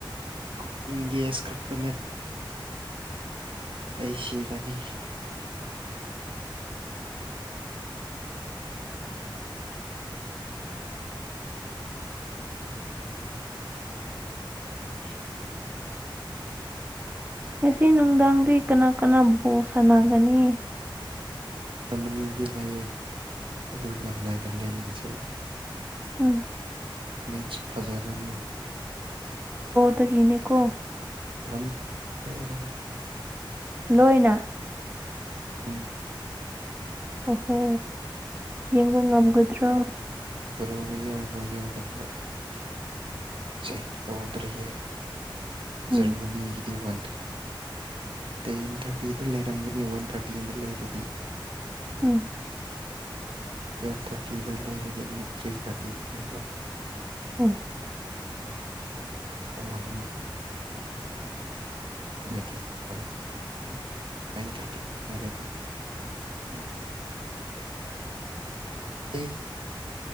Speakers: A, on the right; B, on the right.
A: ꯀꯨꯀꯤꯡ ꯒꯦꯁ ꯈꯛꯇꯅꯦ ꯑꯩ ꯁꯤ ꯀꯅꯤ ꯀꯔꯅꯤ
B: ꯉꯁꯤ ꯅꯨꯡꯗꯥꯡꯗꯤ ꯀꯅꯥ ꯀꯅꯥꯕꯨ ꯁꯥꯟꯅꯒꯅꯤ
A: ꯖꯔꯃꯅꯤꯒꯤ ꯂꯩꯌꯦ ꯑꯗꯨꯒ ꯅꯥꯏꯗꯔꯂꯦꯟꯒꯤꯁꯨ
B: ꯎꯝ
A: ꯃꯦꯆ ꯐꯖꯥꯔꯥꯅꯤ
B: ꯗ ꯀꯅꯤꯀꯣ
A: ꯋꯥꯟ ꯑꯣꯏꯔꯝ
B: ꯂꯣꯏꯅ
A: ꯎꯝ
B: ꯑꯍꯣ ꯌꯦꯡꯕ ꯉꯝꯒꯗ꯭ꯔꯣ
A: ꯔꯣꯗ ꯌꯥꯎꯕ꯭ꯔꯥ ꯌꯥꯎꯗꯕ꯭ꯔꯥ ꯑꯩ ꯆꯦꯛ ꯇꯧꯗ꯭ꯔꯤꯌꯦ ꯖꯔꯃꯅꯤꯒꯤꯗꯤ
B: ꯎꯝ
A: ꯋꯥꯟ ꯇ ꯇꯦꯟ ꯊꯥꯔꯇꯤꯗ ꯂꯩꯔꯝꯒꯅꯤ ꯋꯥꯟ ꯊꯥꯔꯇꯤꯗ ꯂꯩꯔꯗꯤ
B: ꯎꯝ
A: ꯇꯨꯌꯦꯜꯐ ꯊꯥꯔꯇꯤꯗ ꯂꯩꯔꯗꯤ ꯑꯃꯨꯛ ꯊ꯭ꯔꯤ ꯊꯥꯔꯇꯤꯗ ꯂꯩꯕ
B: ꯍ
A: ꯋꯥꯟ ꯇ ꯔꯦꯗꯤ ꯏꯟ ꯊꯥꯔꯇꯤ ꯔꯦꯗꯤ ꯀ ꯎꯝ